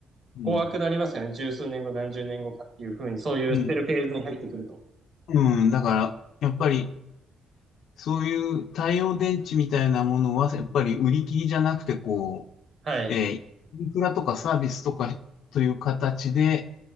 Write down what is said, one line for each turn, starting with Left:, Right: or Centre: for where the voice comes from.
Left: うん、
Right: 怖くなりますよね。十数年後、何十年後かっていうふうに、そういう捨てるフェーズに入ってくると。
Left: うん、うん、だからやっぱりそういう太陽電池みたいなものはやっぱり売り切りじゃなくてこ
Right: はい。
Left: う、えー、インフラとかサービスとかという形で